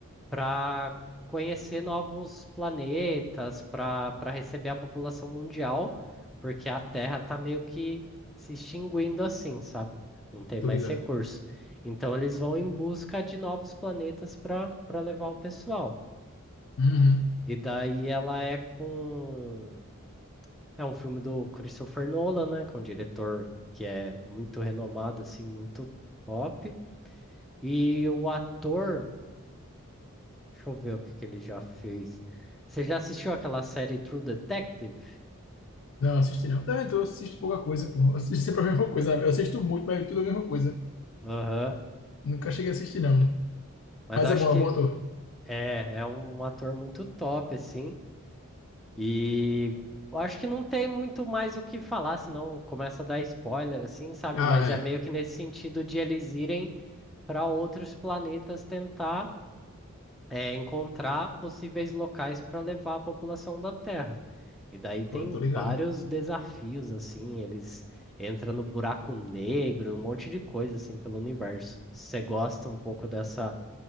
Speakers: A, in the centre; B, on the left.
A: para conhecer novos planetas, para para receber a população mundial, porque a Terra tá meio que se extinguindo assim, sabe? Não tem
B: tô
A: mais
B: ligado.
A: recurso. Então eles vão em busca de novos planetas para para levar o pessoal.
B: Uhum.
A: E daí ela é com é um filme do Christopher Nolan, né, que é um diretor que é muito renomado assim, muito top. E o ator Deixa eu ver o que que ele já fez. Você já assistiu aquela série True Detective?
B: Não, assisti não. Também tô, assisto pouca coisa, pô. Eu assisto sempre a mesma coisa. Eu assisto muito, mas tudo a mesma coisa.
A: Aham.
B: Nunca cheguei a assistir, não.
A: Mas
B: Mas
A: acho
B: é bom,
A: que
B: é bom ator.
A: é, é um ator muito top, assim. E eu acho que não tem muito mais o que falar, senão começa a dar spoiler, assim, sabe?
B: Ah,
A: Mas
B: é.
A: é meio que nesse sentido de eles irem para outros planetas tentar é, encontrar possíveis locais para levar a população da Terra. E daí tem
B: Pô, tô
A: vários
B: ligado.
A: desafios, assim, eles entram no buraco negro, um monte de coisa, assim, pelo universo. Se você gosta um pouco dessa